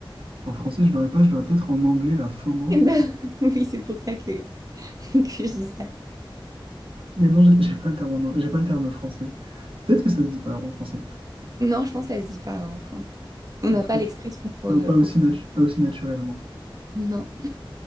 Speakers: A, on the right; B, on the right.
A: En français, je l'aurais pas, je l'aurais peut-être en anglais, la FOMO.
B: Eh ben, <laughs> oui, c'est pour ça que, <laughs> que je dis ça.
A: Mais non, j'ai j'ai pas le terme, en- j'ai pas le terme français. Peut-être que ça se dit pas en français.
B: Non, je pense que ça se dit pas en français. On n'a
A: En tout
B: pas
A: cas,
B: l'expression pour,
A: pas,
B: euh,
A: pas
B: pour
A: aussi,
B: ça.
A: natu- pas aussi naturellement.
B: Non.